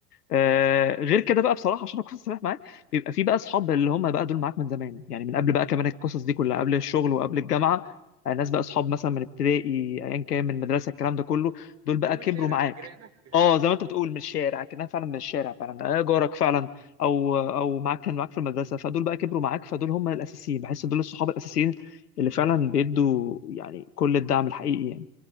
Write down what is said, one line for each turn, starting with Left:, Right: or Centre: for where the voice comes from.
Left: آه
Right: اه
Left: غير كده بقى بصراحه عشان اكون صريح معاك بيبقى في بقى اصحاب اللي هم بقى دول معاك من زمان يعني من قبل بقى كمان القصص دي كلها قبل الشغل وقبل الجامعه
Right: مم.
Left: آه ناس بقى اصحاب مثلا من ابتدائي ايا كان من مدرسه الكلام ده كله دول بقى
Right: هو مش
Left: كبروا
Right: شارع
Left: معاك
Right: جيرانك بتاع
Left: اه زي ما انت بتقول من الشارع كانها فعلا من الشارع فعلا آه جارك فعلا او او معاك كان معاك في المدرسه فدول بقى كبروا معاك فدول هم الاساسيين بحس دول الصحاب الاساسيين اللي
Right: مم.
Left: فعلا بيدوا يعني كل الدعم الحقيقي يعني